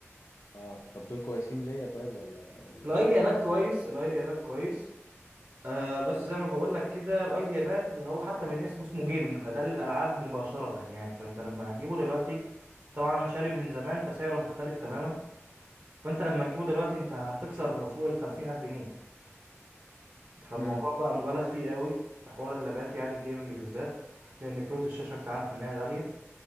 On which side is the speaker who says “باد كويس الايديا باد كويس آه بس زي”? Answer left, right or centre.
Right